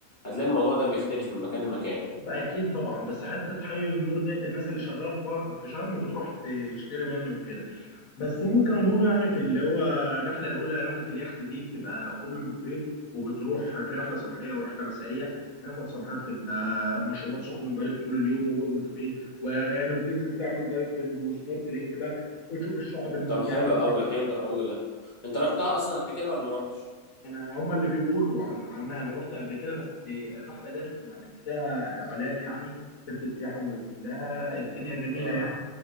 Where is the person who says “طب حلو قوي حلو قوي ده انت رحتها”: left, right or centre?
Left